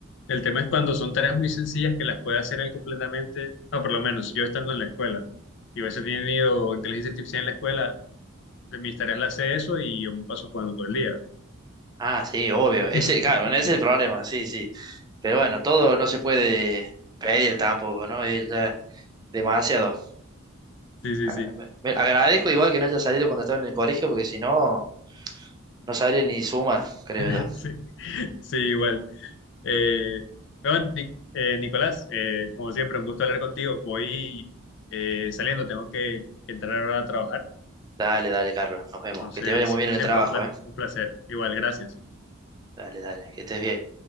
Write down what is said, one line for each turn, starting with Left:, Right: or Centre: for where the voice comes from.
Left: El tema es cuando son tareas muy sencillas que las puede hacer él completamente, o por lo menos yo estando en la escuela. Yo a veces he tenido inteligencia artificial en la escuela, de mis tareas las hace eso y yo me paso jugando todo el día.
Right: Ah, sí, obvio.
Left: <laughs>
Right: Ese, claro, bueno, ese es el problema, sí, sí. Pero bueno, todo no se puede pedir tampoco, ¿no? Es ya demasiado.
Left: Sí, sí,
Right: Ah,
Left: sí.
Right: me- me- agradezco igual que no haya salido cuando estaba en el colegio, porque si no, no sabría ni suma, creo
Left: <laughs>
Right: yo.
Left: Sí, sí, igual. Eh, bueno, Ni- eh, Nicolás, eh, como siempre, un gusto hablar contigo. Voy eh, saliendo, tengo que, que entrar ahora a trabajar.
Right: Dale, dale, Carlos. Nos vemos.
Left: Entonces,
Right: Que te vaya muy
Left: como
Right: bien en
Left: siempre,
Right: el trabajo,
Left: un pla-
Right: ¿eh?
Left: un placer. Igual, gracias.
Right: Dale, dale. Que estés bien.